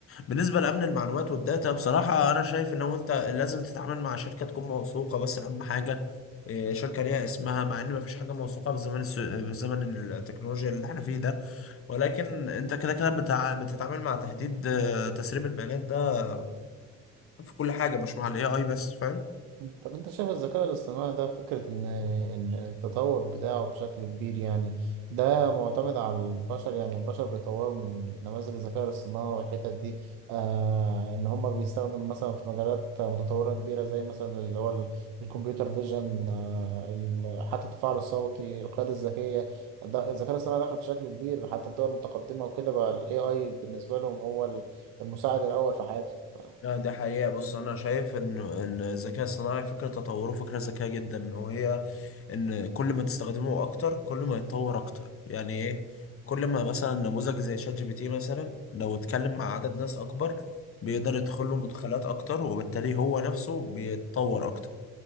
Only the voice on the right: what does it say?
طب انت شايف الذكاء الاصطناعي ده فكرة ان ان التطور بتاعه بشكل كبير يعني ده معتمد على البشر يعني البشر بيطوروا من نماذج الذكاء الاصطناعي والحتت دي آه ان هم بيستخدم مثلا في مجالات متطورة كبيرة زي مثلا اللي هو ال- الكمبيوتر فيجن آه ال- حتى التفاعل الصوتي القيادة الذكية ده الذكاء الاصطناعي داخل في شكل كبير حتى الدول المتقدمة وكده بقى الاي اي بالنسبة لهم هو ال- المساعد الاول في حياتهم ف...